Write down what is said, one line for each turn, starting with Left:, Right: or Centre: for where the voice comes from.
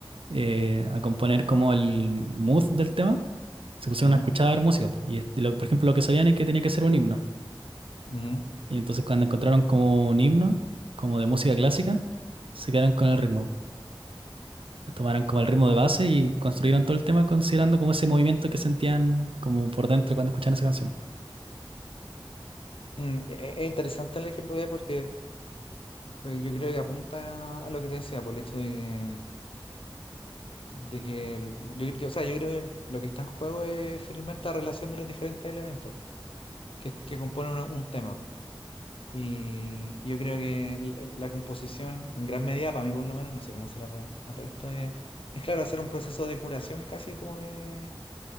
Right: eh, a componer como el mood del tema. Se pusieron
Left: ¿ya?
Right: a escuchar música. Y, es- y lo- por ejemplo, lo que sabían es que tenía que ser un himno.
Left: ujú.
Right: Y entonces cuando encontraron como un himno, como de música clásica, se quedaron con el ritmo. Tomaron como el ritmo de base y construyeron todo el tema considerando como ese movimiento que sentían como por dentro cuando escuchaban esa canción. po.
Left: Mm, e- e- es interesante el ejemplo que hay porque, porque yo creo que apunta a lo que te decía, por el hecho de que de que el- yo, yo- o sea, yo creo que lo que está en juego es finalmente la relación de los diferentes elementos que, que componen una- un tema. pues, Y yo creo que l- la composición, en gran medida, para mí por lo menos, no sé cómo será para, el resto, es, es claro, hacer un proceso de curación casi como de,